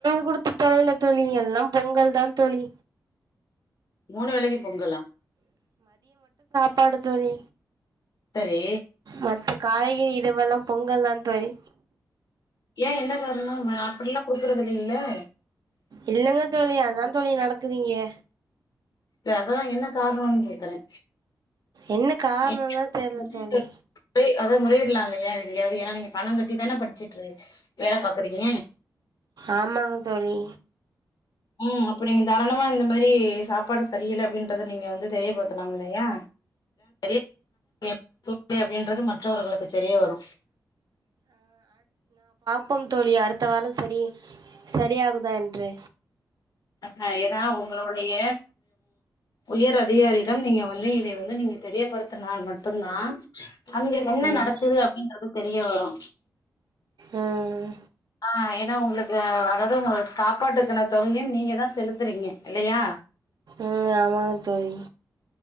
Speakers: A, on the right; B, on the left.
A: கொடுத்து தொலையில தோழி எல்லாம் பொங்கல் தான் தோழி
B: மூணு வேளைக்கு பொங்கலா
A: ப்பாடு தோழி
B: செரி
A: மத்த காலையில் இதுவல்லாம் பொங்கல் தான் தோழி
B: ஏன் என்ன காரணம் அப்டியெல்லாம் குடுக்குறது இல்லேல
A: இல்லங்க தோழி அதான் தோழி நடக்குதுங்க
B: இல்ல அதா என்ன காரணோன்னு கேக்குறே
A: என்ன காரணம்
B: ஏன்
A: தான் தெரில
B: முறையிட்டு
A: தோழி
B: அத முறையிடலாங்க <unintelligible> நீங்க பணம் கட்டி தானே படிச்சிட்டு வேலை பாக்குறீங்க
A: ஆமாங்க தோழி
B: ம் அப்ப நீங்க தாராளமா இந்த மாரி சாப்பாடு சரியில்ல அப்டின்றத நீங்க வந்து தெரியப்படுத்தலாம் இல்லையா <inaudible> அப்டின்றது மற்றவர்களுக்கு தெரிய வரும்
A: ப்போம் தோழி அடுத்த வாரம் சரி சரியாகுதா என்று
B: ஹா ஏனா உங்களுடைய உயர் அதிகாரியிடம் நீங்க வந்து இதை வந்து நீங்க தெரியப்படுத்தினால் மட்டும் தான் அங்க என்ன
A: ம்
B: நடக்குது அப்டின்றது தெரிய வரு
A: உம்
B: ஹா ஏனா உங்களுக்கு அதாவது உங்க சாப்பாட்டுக்கான தொகையும் நீங்க தான் செலுத்துறீங்க இல்லையா
A: ம் ஆமாங்க தோழி